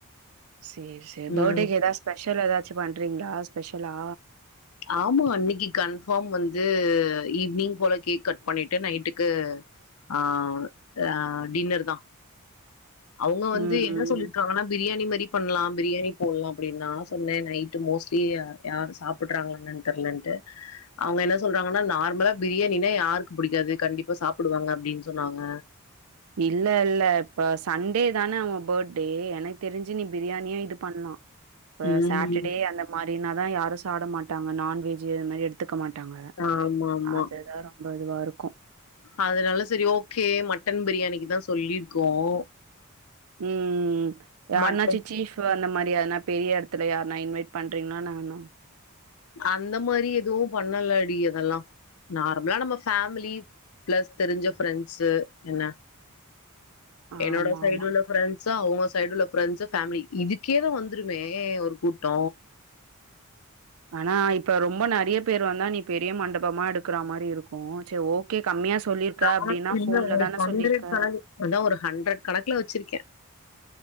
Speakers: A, on the right; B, on the left.
A: சேரி சேரி
B: ம்
A: பேட்டேக்கு எதாத் ஸ்பெஷலா எதாச்சு பண்றீங்ளா ஸ்பெஷலா
B: ஆமா அன்னிக்கி கன்ஃபாம் வந்து ஈவ்னிங் போல கேக் கட் பண்ணிட்டு நைட்டுக்கு ஆ ஆ டின்னர்தா அவுங்க வந்து
A: ம்
B: என்ன
A: ம்.
B: சொல்லி க்காங்கனா பிரியாணி மாரி பண்லா பிரியாணி போல்லா அப்படி நா சொன்னே நைட்டு மோஸ்ட்லி அ யாரு சாப்பிட்றாங்ளா என்னன் தெர்லன்ட்டு அவுங்க என்ன சொல்றாங்கனா நார்மலா பிரியாணின்னா யாருக்கு பிடிக்காது கண்டிப்பா சாப்பிடுவாங்க அப்டின் சொன்னாங்க
A: இல்ல இல்ல இப்ப சண்டே தான அவ பேட்டே எனக் தெரிஞ்சு நீ பிரியாணியே இது பண்லா இப்ப
B: ம்
A: சாட்டர்டே அந்த மாரின்னாதான் யாரும் சாட மாட்டாங்க நான்வெஜ் அந் மாதிரி எடு த்துக்க மாட்டாங்க
B: ஆமா ஆமா
A: அதுதான் ரொம்ப இதுவா இருக்கும்
B: அதனால சரி ஓகே மட்டன் பிரியாணிக்கு தான் சொல்லிருக்கோம்
A: உம் யான்னா
B: மட்டன்
A: சீச்சிஃப் ப்பு அந்த மாரி யார்னா பெரிய எடத்துல யார்னா இன்வைட் பண்றீங்கனா இன்னான
B: அந்த மாரி எதுவும் பண்ணலடி அதெல்லா நார்மலா நம்ம ஃபேமிலி ப்ளஸ் தெரிஞ்ச ஃப்ரெண்ட்ஸ என்ன
A: ஆமாமா.
B: என்னோடா சைடுல உள்ள ஃப்ரெண் டஸ் அவுங்க சைடு உள்ள ப்ரெண்ட்ஸ் ஃபேமிலி இதுக்கே தா வந்துருமே ஒரு கூட்டோ
A: ஆனா இப்ப ரொம்ப நிறைய பேர் வந்தா நீ பெரிய மண்டபமா எடுக்கற மாரி இருக்கும் சரி ஓகே கம்மியா சொல்லியிருக்க அப்டின்னா
B: ந இல்ல
A: ஃபோன்ல
B: ஒரு
A: தானே
B: ஹண்ட்ரட்
A: சொல்லியிருக்க.
B: அதான் ஒரு ஹண்ட்ரட் கணக்குல வச்சிருக்கேன்